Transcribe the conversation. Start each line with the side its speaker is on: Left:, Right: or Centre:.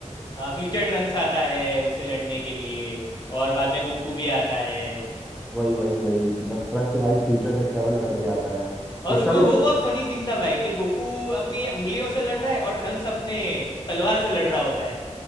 Left: हाँ फ्यूचर ट्रंक्स आता है उससे लड़ने के लिए और बाद में गोकू भी आता है
Centre: वही वही वही मतलब ट्रंक्स तो भाई फ्यूचर से ट्रेवल करके आता है
Left: और उसमें
Centre: उसका भी
Left: वो
Centre: tr-
Left: बहुत फनी सीन था भाई कि गोकू अपनी उंगलियों से लड़ रहा है और ट्रंक्स अपने तलवार से लड़ रहा होता है